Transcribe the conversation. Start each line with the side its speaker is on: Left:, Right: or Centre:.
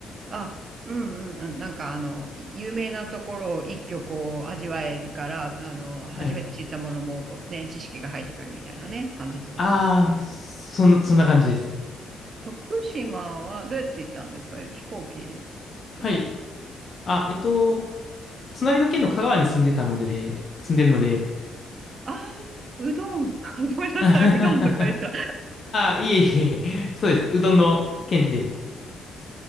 Right: あ、うんうんうん。なんかあの、有名なところを一挙こう味わえるから、あの、初めて知ったものもこうね、
Left: はい。
Right: 知識が入ってくるみたいなね、感じってことですね。
Left: ああ、そん、そんな感じです。
Right: 徳島はどうやって行ったんですか飛行機かな
Left: はい。あ、えっと、隣の県の香川に住んでたので、住んでるので、
Right: ああうどん。<laughs> ごめんなさい、
Left: <laughs> あ
Right: うどんと書いた。
Left: あ、いえいえ、そうです。うどんの県で。